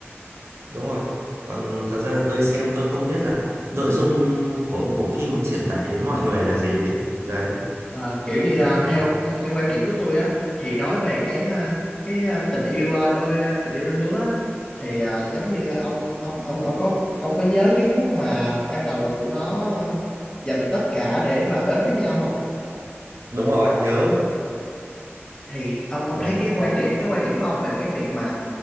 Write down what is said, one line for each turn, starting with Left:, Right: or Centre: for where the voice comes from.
Right: đúng rồi. Còn thật ra là tôi xem tôi không biết là nội dung của bộ phim muốn truyền tải đến mọi người là gì ấy. Đấy,
Left: Ờ, kiểu như
Right: nên
Left: à,
Right: là
Left: theo theo quan điểm của tôi á thì nói về cái à, cái à, tình yêu à, đôi à, tình yêu đôi lứa á, thì à, giống như ông ông ông ông có ông có nhớ cái khúc mà ban đầu là tụi nó dành tất cả để mà đến với nhau không?
Right: đúng rồi, nhớ.
Left: Thì ông ông
Right: Đó,
Left: thấy cái quan điểm cái quan điểm của ông về cái việc mà